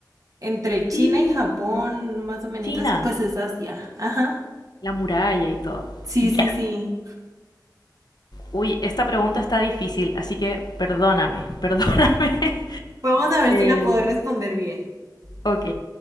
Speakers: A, on the right; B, on the left.
A: entre China
B: Sí,
A: y Japón, más o menos,
B: China,
A: pues es Asia. Ajá.
B: la muralla y todo.
A: Sí,
B: Ya.
A: sí, sí.
B: Uy, esta pregunta está difícil, así que perdóname, <laughs> perdóname.
A: Vamos a ver
B: Eh,
A: si la puedo responder bien.
B: Ok,